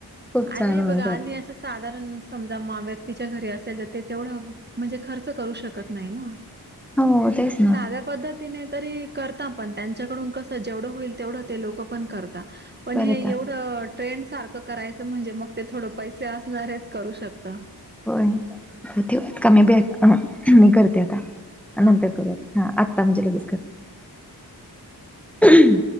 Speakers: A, in the centre; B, on the right.
A: खूप
B: आणि
A: छान होऊन
B: बघा
A: जातं
B: आणि असं साधारण समजा मा व्यक् तीच्या घरी असेल तर तेवढं म्हणजे खर्च तर करू शकत नाही ना,
A: हो तेच ना
B: साध्या पध्दत तीनं नाही तरी करता पण त्यांच्याकडून कस जेवढं होईल तेवढं ते लोक पण करता. पण
A: करतात
B: हे एवढं ट्रेंड सारखं करायच म्हणजे मग ते थोडं पैसे असणारेच करू शकत.
A: होय <unintelligible> मी करते आता.
B: हां.
A: नंतर करत हा आत्ता म्हणजे लगेच करते.